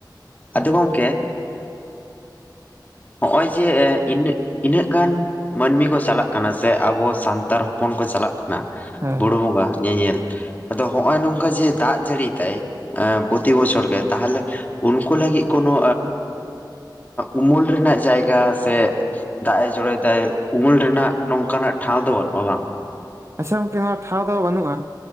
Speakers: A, on the right (about 35°); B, on the left (about 20°).
A: ᱦᱳᱭ
B: ᱟᱫᱚ
A: ᱦᱳᱭ
B: ᱜᱚᱢᱠᱮ ᱦᱚᱜ ᱚᱭ ᱡᱮ ᱤᱱᱟᱹᱜ ᱜᱟᱱ ᱢᱟᱹᱱᱢᱤ ᱠᱚ ᱪᱟᱞᱟᱜ ᱥᱮ ᱟᱵᱚ ᱥᱟᱱᱛᱟᱲ ᱦᱚᱯᱚᱱ ᱠᱚ ᱪᱟᱞᱟᱜ ᱠᱟᱱᱟ
A: ᱦᱮᱸ
B: ᱵᱩᱨᱩ ᱵᱚᱸᱜᱟ ᱧᱮᱧᱮᱞ, ᱟᱫᱚ ᱦᱚᱜᱼᱚᱭ ᱱᱚᱝᱠᱟ ᱡᱮ ᱫᱟᱜ ᱡᱟᱹᱲᱤ ᱛᱟᱭ ᱯᱨᱚᱛᱤ ᱵᱚᱪᱷᱚᱨ ᱜᱮ ᱛᱟᱦᱚᱞᱮ ᱩᱱᱠᱩ ᱞᱟᱹᱜᱤᱫ ᱠᱳᱱᱳ ᱩᱢᱩᱞ ᱨᱮᱱᱟᱜ ᱡᱟᱭᱜᱟ ᱥᱮ ᱫᱟᱜᱼᱮ ᱡᱚᱲᱚᱭᱮᱫᱟᱭ ᱩᱢᱩᱞ ᱨᱮᱱᱟᱜ ᱱᱚᱝᱠᱟ ᱱᱟᱜ ᱴᱷᱟᱶ ᱫᱚ ᱵᱟᱹᱱᱩᱜᱼᱟ ᱵᱟᱝ
A: ᱟᱪᱷᱟ ᱜᱚᱝᱠᱮ ᱱᱚᱣᱟ ᱴᱷᱟᱶ ᱫᱚ ᱵᱟᱹᱱᱩᱜᱼᱟ